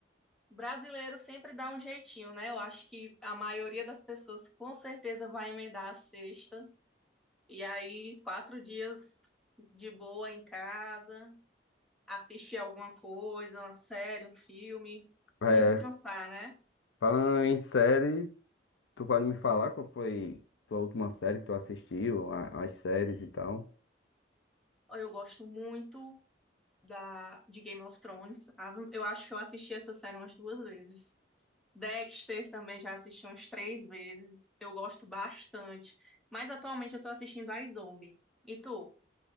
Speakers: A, in the centre; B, on the left.
A: brasileiro sempre dá um jeitinho, né? Eu acho que a maioria das pessoas com certeza vai emendar a sexta. E aí, quatro dias de boa em casa, assistir alguma coisa, uma série, um filme,
B: É,
A: descansar, né?
B: falando em série, tu pode me falar qual foi tua última série que tu assistiu, a- as séries e tal?
A: Eu gosto muito. da, de Game of Thrones. Ah, Eu acho que eu assisti essa série umas duas vezes. Dexter também já assisti umas três vezes. Eu gosto bastante. Mas atualmente eu tô assistindo a Zombie. E tu?